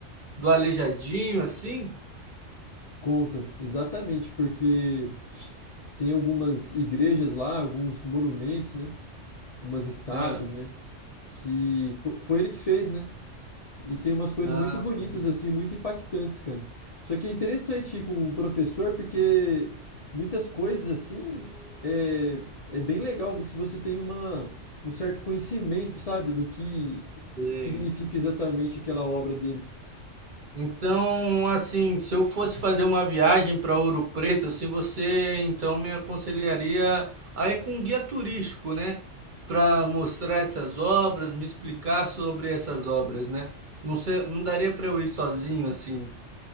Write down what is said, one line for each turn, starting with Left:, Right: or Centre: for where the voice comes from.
Right: do Aleijadinho assim?
Left: Conta, exatamente, porque tem algumas igrejas lá, alguns monumentos, né? Umas estátuas,
Right: Ah,
Left: né? Que fo- foi ele que fez, né? E tem umas coisas
Right: ah,
Left: muito bonitas,
Right: sim.
Left: assim, muito impactantes, cara. Só que é interessante ir com um professor, porque muitas coisas, assim, é, é bem legal se você tem uma, um certo conhecimento, sabe? Do que
Right: sim.
Left: significa exatamente aquela obra dele.
Right: Então, assim, se eu fosse fazer uma viagem para Ouro Preto, assim, você então me aconselharia a ir com um guia turístico, né? Para mostrar essas obras, me explicar sobre essas obras, né? Não sei, não daria para eu ir sozinho assim.